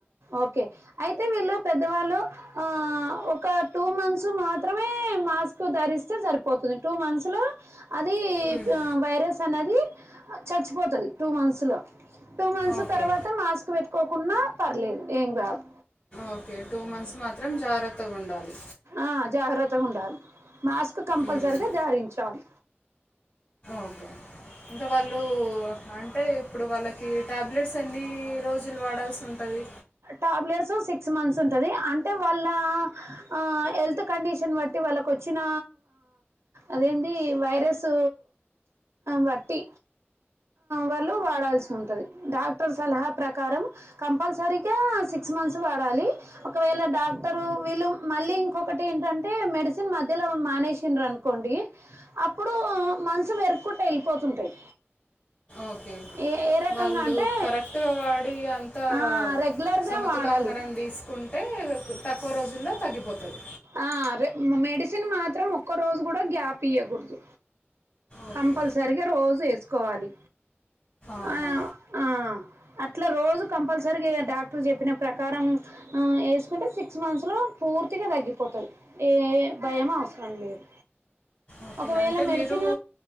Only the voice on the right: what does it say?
ఓకే అయితే వీళ్ళు పెద్దవాళ్ళు ఆ ఒక టూ మంత్స్ మాత్రమే మాస్క్ ధరిస్తే సరిపోతుంది. టూ మంత్స్ లో అది
ఆ వైరస్ అనేది చచ్చిపోతది టూ మంత్స్ లో. టూ మంత్స్
తర్వాత మాస్క్ పెట్ట పోకుంన్నా పర్లేదు ఏం కాదు
ఆ జాగ్రత్తగా ఉండాలి మాస్క్ కంపల్సరిగా
ధరించాలి
టాబ్లెట్స్ సిక్స్ మంత్స్ ఉంటుంది అంటే వాళ్ళ ఆ హెల్త్ కండిషన్ బట్టి వాళ్ళకు వచ్చిన అదేంటి వైరస్ బట్టి వాళ్ళు వాడాల్సి ఉంటుంది డాక్టర్ సలహా ప్రకారం కంపల్సరీ ఇకా సిక్స్ మంత్స్ వాడాలి ఒకవేళ డాక్టరు వీళ్ళు మళ్ళీ ఇంకొకటి ఏంటంటే మెడిసిన్ మధ్యలో మానేసిండ్ర అనుకోండి అప్పుడు మంత్స్ పెరుక్కుంట వెళ్ళిపోతుంటాయి
ఏ ఏ రకంగా
అంటే
ఆ,
గా వాడాలి
ఆ అదే మెడిసిన్ మాత్రం ఒక్క రోజు కూడా గ్యాప్ ఇయకూడదు
కంపల్సరిగా రోజు వేసుకోవాలి
ఆ ఆ అట్లా రోజు కంపల్సరీ డాక్టర్ చెప్పిన ప్రకారం వేసుకుంటే సిక్స్ మంత్స్ లో పూర్తిగా తగ్గింది పోతుంది ఏ భయమ అవసరం లేదు
ఒకవేళ
మెడిసిన్